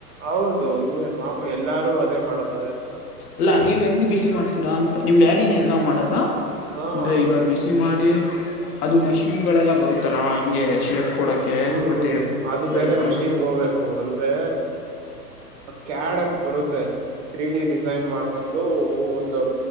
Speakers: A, on the right (about 45°); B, on the left (about 65°).
A: ಹೌದು ಇನ್ನೇನು ನವು ಎಲ್ಲಾರು ಅದೇ ಮಾಡದು ಅದೇ ತರ
B: ಅಲ್ಲಾ ನೀವ್ ಹೆಂಗ್ ಬಿಸಿ ಮಾಡ್ತೀರಾ ಅಂತ ನಿಮ್ ಡ್ಯಾಡಿನ ಎಲ್ಲಾ ಮಾಡದ
A: ಹಾ
B: ಅಂದ್ರೆ ಈಗ
A: ಹ್ಮ್
B: ಬಿಸಿ ಮಾಡಿ ಅದು ಮಷಿನ್ಗಳೆಲ್ಲ ಬರುತ್ತಲ್ಲ ಹಿಂಗೆ ಶೇಪ್ ಕೊಡೋಕ್ಕೆ
A: ಹ್ಮ್
B: ಮತ್ತು
A: ಹ್ಮ್ ಅದು
B: ಲೈನ್
A: ಬೇರೆ
B: ಮಾಡೋಕ್ಕೆ
A: ಮಷಿನ್ಗ ಹೋಗ್ಬೇಕು ಅಂದ್ರೆ ಕ್ಯಾಡ್ ಅಂತ ಬರುತ್ತೆ ತ್ರ್ರೀ ಡಿ ಡಿಸೈನ್ ಮಾಡ್ಕೊಂಡು ಒಂದು